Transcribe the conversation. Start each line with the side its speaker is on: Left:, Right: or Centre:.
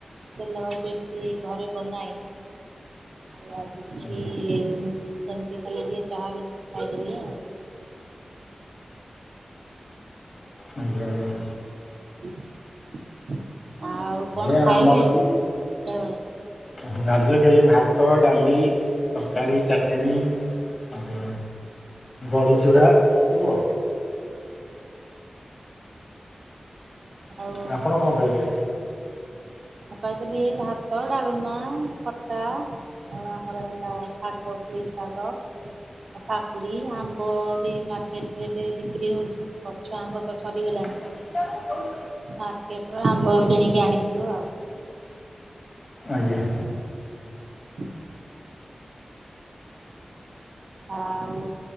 Right: ତେଲଭାଜି ଏମିତି ଘରେ ବନାଏ। ଆଉ ଆଜି କିଛି
Left: ଆଜ୍ଞା
Right: ସେମିତି ଖାଲି ଟିକେ ଚାହା ବିସ୍କୁଟ ଖାଇଦେଲି ଆଉ।
Left: ଆଜ୍ଞା ଆଜ୍ଞା।
Right: <inaudible> କଣ
Left: ହେ ଆମର
Right: ଖାଇଲେ
Left: ବି।
Right: ସନ୍ଧ୍ୟାବେଳେ?
Left: <unintelligible> ଭାତ, ଡାଲି, ତରକାରୀ, ଚାଟିଣି ଆଉ ବଡ଼ିଚୁରା ଏସବୁ ଆଉ
Right: <inaudible> ଆଉ
Left: ଆପଣ କଣ ଖାଇଲେ?
Right: ମୁଁ ଖାଇଥିଲି ଭାତ, ଡାଲମା, ଖଟା ଆଉ ଆମର ହେଲା ଶାଗ ପୁଇ ଶାଗ କାକୁଡି ଆମ୍ବ ବି ମାର୍କେଟ ରେ ବିକ୍ରି ହଉଛି ଗଛ ଆମ୍ବ ତ ସରିଗଲାଣି।
Left: <unintelligible>
Right: ମାର୍କେଟର ଆମ୍ବ କିଣିକି ଆଣିଥିଲୁ ଆଉ।
Left: ଆଜ୍ଞା।
Right: <inaudible> ହଉ।